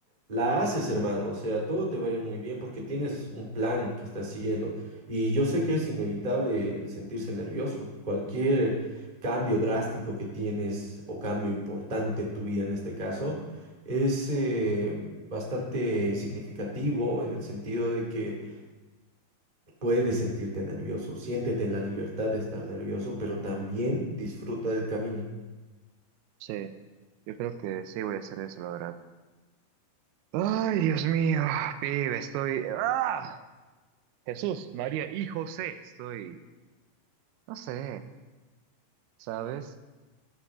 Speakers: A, on the right; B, on the right.
A: la haces, hermano, o sea, todo te va a ir muy bien porque tienes un plan que estás siguiendo. Y yo sé que es inevitable el sentirse nervioso. Cualquier cambio drástico que tienes o cambio importante en tu vida en este caso, es eh, bastante significativo en el sentido de que Puedes sentirte nervioso, siéntete en la libertad de estar nervioso, pero también disfruta del camino.
B: Sí, yo creo que sí voy a hacer eso, la verdad. Ay, Dios mío, pibe, estoy... ¡Ah! Jesús, María y José, estoy... No sé, ¿sabes?